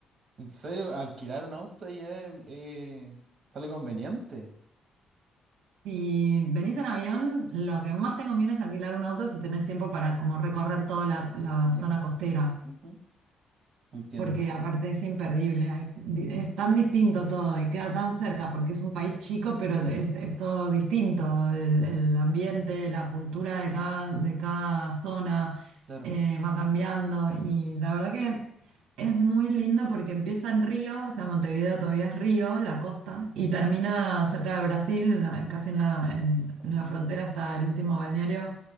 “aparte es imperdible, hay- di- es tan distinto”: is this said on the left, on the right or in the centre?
Right